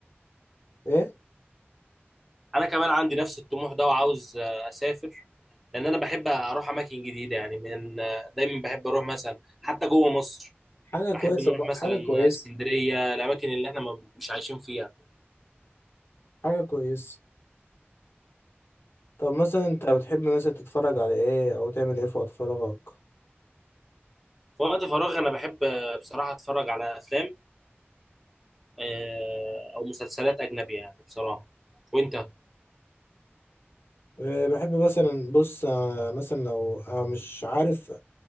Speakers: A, on the left; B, in the centre.
A: ايه
B: أنا كمان عندي نفس الطموح ده وعاوز آه، أسافر لأن أنا بحب أروح أماكن جديدة يعني من آه، دايما بحب أروح مثلا حتى جوه مصر
A: حاجه كويسه
B: أحب نروح
A: بقى
B: مثلا
A: حاجه كويسه
B: اسكندرية الأماكن اللي إحنا ما- مش عايشين فيها
A: حاجة كويس طب مثلا انت بتحب مثلا تتفرج على ايه او تعمل ايه في وقت فراغك
B: في وقت فراغي أنا بحب آه، بصراحة أتفرج على أفلام آه، أو مسلسلات أجنبية يعني بصراحة وأنت؟
A: أه، بحب مثلا بص أه، مثلا لو أنا مش عارف